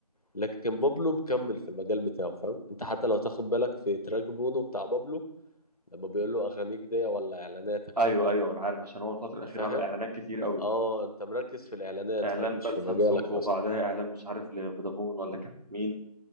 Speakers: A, on the left; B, on the right.
A: لكن بابلو مكمل في المجال بتاعه فاهم أنت حتى لو تاخد بالك في تراك بونو بتاع بابلو لما بيقول له أغانيك دي ولا إعلاناتك
B: ايوه ايوه انا عارف عشان هو الفتره الاخيره
A: فاهم
B: عمل اعلانات كتير قوي
A: اه انت مركز في الاعلانات
B: اعلان
A: فاهم
B: بقى
A: مش في
B: لسامسونج
A: مجالك
B: وبعدها
A: اصلا
B: اعلان مش عارف لفودافون ولا كان مين